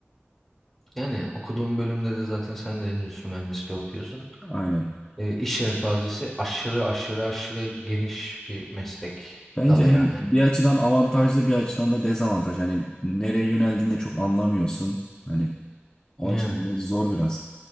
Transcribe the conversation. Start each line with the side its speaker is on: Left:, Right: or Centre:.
Centre: Yani okuduğum bölümde de zaten sen de endüstri mühendisliği okuyorsun.
Left: Aynen.
Centre: E, iş yelpazesi aşırı aşırı aşırı geniş bir meslek
Left: Bence
Centre: dalı
Left: hem
Centre: yani.
Left: bir açıdan avantajlı bir açıdan da dezavantaj. Hani nereye yöneldiğinde çok anlamıyorsun. Hani o
Centre: Yani.
Left: açıdan da zor biraz.